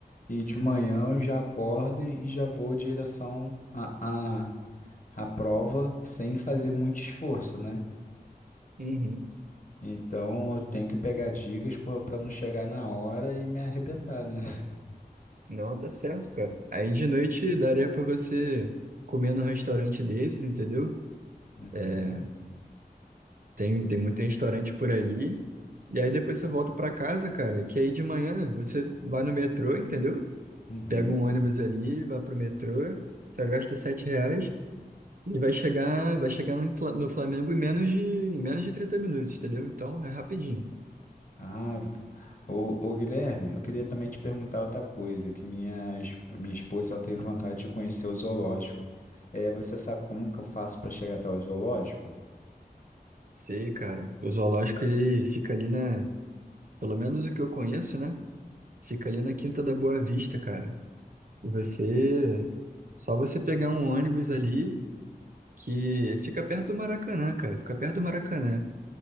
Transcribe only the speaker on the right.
Uhum.
Não, tá certo, cara. Aí de noite daria pra você comer num restaurante desses, entendeu?
É, tem, tem muito restaurante por ali. E aí depois você volta pra casa, cara, que aí de manhã você vai no metrô, entendeu?
Pega um ônibus ali, vai pro metrô, só gasta sete reais e vai chegar, vai chegar no, Fla- no Flamengo em menos de, em menos de 30 minutos, entendeu? Então é rapidinho.
Sei, cara. O zoológico ele fica ali na, pelo menos o que eu conheço, né? Fica ali na Quinta da Boa Vista, cara. E você. Só você pegar um ônibus ali que fica perto do Maracanã, cara. Fica perto do Maracanã.